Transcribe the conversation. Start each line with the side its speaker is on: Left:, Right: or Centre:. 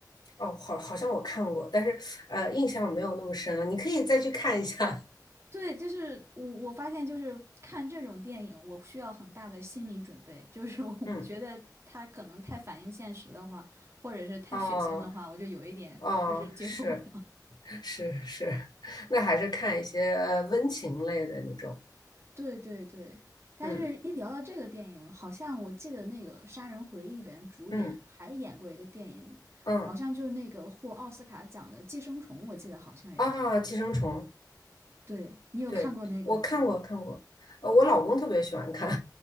Left: 哦，好，好像我看过，但是呃，印象没有那么深了。你可以再去看一下。
Right: 对，就是我我发现就是看这种电影，我需要很大的心理准备，<laughs> 就是我我觉得它可能太反映现实的话，
Left: <laughs> 嗯，
Right: 或者是太血腥的话，
Left: 哦，
Right: 我就有一点就是接受不了。
Left: 哦，是是是，那还是看一些呃温情类的那种。
Right: <laughs> 对对对，但是一聊到这个电影，
Left: 嗯
Right: 好像我记得那个《杀人回忆》里边主演还演过一个电影，
Left: 嗯嗯，
Right: 好像就那个获奥斯卡奖的《寄生虫》，我记得好像也是他。
Left: 啊，寄生虫，
Right: 对，你有看过那个吗？
Left: 对，我看过看过，呃，我老公特别喜欢看。